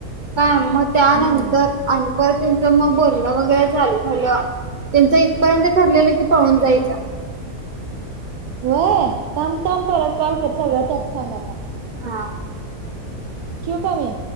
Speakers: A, on the right (about 60°); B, on the right (about 75°).
A: काय मग त्यानंतर
B: हम्म
A: आणि पर त्यांचं मग बोलणं वगैरे चालू झालं. त्यांच इथपर्यंत ठरलेलं की, पाहून जायचं.
B: होय थांब थांब परत कॉल कर सगळं त्यात सांग आता.
A: हा,
B: ठिऊ काय मी?